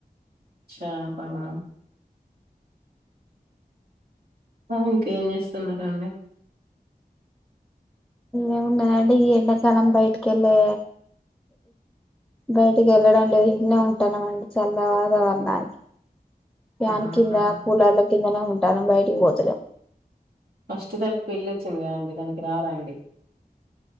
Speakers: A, on the right; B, in the centre.
A: చాపలా మరి ఇంకేం చేస్తున్నారండి
B: ఏముంటదండి ఈ ఎండాకాలం బయటికి వెళ్ళే బయటికి వెళ్ళడం లేదు ఇంటనే ఉంటాన్నాం అండి చలగా వాతావరణానికి ప్యాన
A: అవునా
B: కింద కూలర్ల కింద ఇన ఉంటున్నా బయటికి పోతులే
A: ఫస్ట్ తరఖ పెళ్లి వచ్చింది కద అండి దానికి రారండి